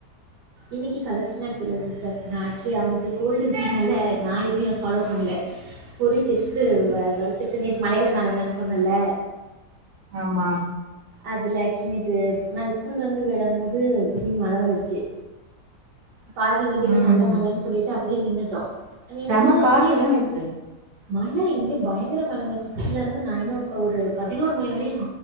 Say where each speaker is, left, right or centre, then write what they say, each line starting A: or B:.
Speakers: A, on the right; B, on the right.
A: இன்னைக்கி கலர் ஸ்நாக்ஸ் இல்ல சிஸ்டர் ஆக்சுவலி அவனுக்கு கோல்டு இருக்கதுனால நா எதையு ஃபாலோ பண்ல பொறி ஜஸ்ட்ட் வ வறுத்துட்டு மீதி மழயில நனைஞ்சானு சொன்னல
B: ஆம்மா
A: அதுல்ல ஆக்சுவலி நேத்து நாங்க ஸ்கூல்ல வந்து விட போது திடீர் மழ வந்துருச்சு பாதி வெளியில
B: ம்
A: நல்ல மழன்னு சொல்லிட்டு அப்டியே நின்னுட்டோ நின்னுட்டு
B: செம
A: ஆக்சுவலியா
B: காத்துல நேத்து
A: மழ இங்க பயங்கர மழங்க சிக்ஸல இருந்து நைனோ ஒ ஒரு பதினோரு மணி வரையு